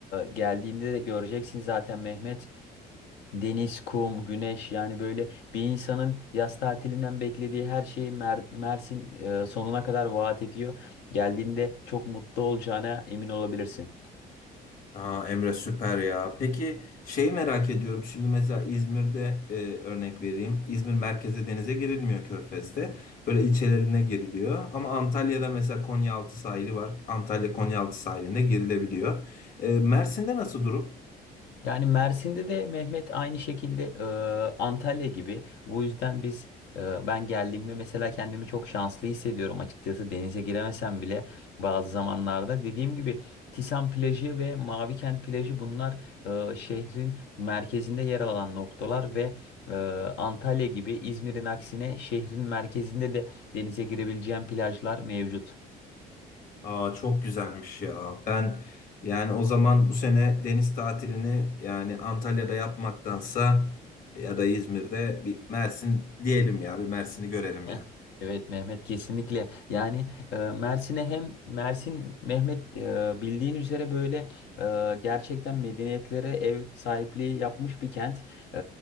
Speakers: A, on the left; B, on the left.
A: geldiğinde de göreceksin zaten Mehmet deniz kum güneş yani böyle bir insanın yaz tatilinden beklediği her şeyi Mer- Mersin e, sonuna kadar vaat ediyor geldiğinde çok mutlu olacağına emin olabilirsin.
B: Ha Emre süper ya. Peki şeyi merak ediyorum. Şimdi mesela İzmir'de e, örnek vereyim. İzmir merkeze denize girilmiyor Körfez'de. Böyle ilçelerine giriliyor. Ama Antalya'da mesela Konyaaltı sahili var. Antalya Konyaaltı sahilinde girilebiliyor. E, Mersin'de nasıl durum?
A: Yani Mersin'de de Mehmet aynı şekilde e, Antalya gibi. Bu yüzden biz e, ben geldiğimde mesela kendimi çok şanslı hissediyorum açıkçası denize giremesem bile bazı zamanlarda. Dediğim gibi Tisan plajı ve Mavikent plajı bunlar e, şehrin merkezinde yer alan noktalar ve e, Antalya gibi İzmir'in aksine şehrin merkezinde de denize girebileceğim plajlar mevcut.
B: Aa çok güzelmiş ya. Ben yani o zaman bu sene deniz tatilini yani Antalya'da yapmaktansa ya da İzmir'de bir Mersin diyelim ya bir Mersin'i görelim
A: <laughs> Heh,
B: ya.
A: Evet Mehmet kesinlikle yani e, Mersin'e hem Mersin Mehmet e, bildiğin üzere böyle e, gerçekten medeniyetlere ev sahipliği yapmış bir kent. E,